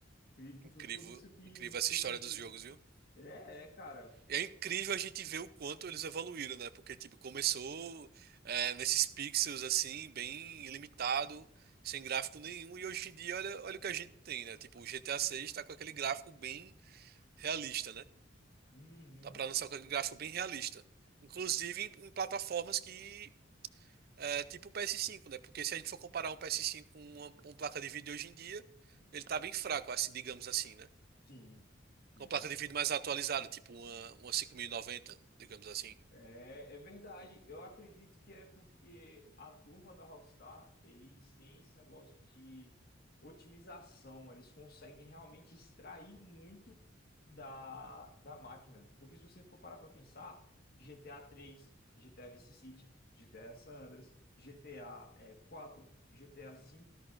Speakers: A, on the left; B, on the right.
A: Acredito que
B: Incrível,
A: foi por isso que
B: incrível
A: Space
B: essa história
A: Invaders...
B: dos jogos, viu?
A: É, é, cara.
B: É incrível a gente ver o quanto eles evoluíram, né? Porque, tipo, começou é, nesses pixels, assim, bem limitado, sem gráfico nenhum, e hoje em dia, olha, olha o que a gente tem, né? Tipo, o GTA 6 tá com aquele gráfico bem realista, né?
A: Uhum,
B: Tá pra lançar com aquele gráfico bem realista. Inclusive em, em plataformas que, é, tipo o PS5, né? Porque se a gente for comparar um PS5 com uma, com uma placa de vídeo hoje em dia, ele tá bem fraco, assim, digamos assim, né?
A: sim, sim.
B: Com uma placa de vídeo mais atualizada, tipo uma, uma 5090, digamos assim.
A: É, é verdade. Eu acredito que é porque a turma da Rockstar, eles têm esse negócio de otimização. Eles conseguem realmente extrair muito da, da máquina. Porque se você for parar para pensar, GTA 3, GTA Vice City, GTA San Andreas, GTA eh, 4, GTA cinco,